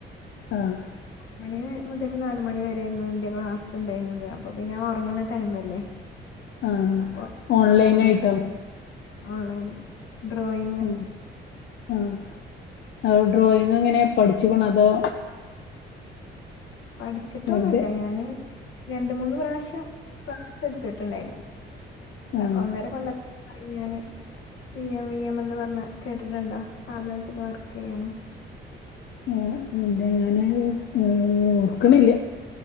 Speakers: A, on the left; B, on the left.
A: ആഹ്.
B: മണി മുതൽ നാല് മണി വരെയായിരുന്നു എന്റെ ക്ലാസ് ഉണ്ടായിരുന്നത് അപ്പൊ പിന്നെ ഉറങ്ങ്ണ ടൈമല്ലേ.
A: ആഹ്
B: അപ്പൊ
A: ഓൺലൈനായിട്ടോ
B: ഓറങ്ങ, ഓൺലൈനില് ഡ്രോയി
A: ആ ആ അ ഡ്രോയിങ് എങ്ങനെ പഠിച്ച്ക്ണോ അതോ
B: പഠിച്ചിട്ടൊന്നുമില്ല
A: വെറുതെ
B: ഞാന്. രണ്ട് മൂന്ന് പ്രാവശ്യം ക്ലാസ് എടുത്തിട്ടുണ്ടായിര്ന്നു.
A: ആഹ്
B: ഒന്നര കൊല്ലത്ത ഞാന് സി എം വി എം എന്ന് പറഞ്ഞെ കേട്ടിട്ടുണ്ടോ സ്ഥാപനത്തിൽ വർക്ക് ചെയ്യണെ
A: ആ പിന്നെ ഞാനത് ഓർക്ക്ണില്ല.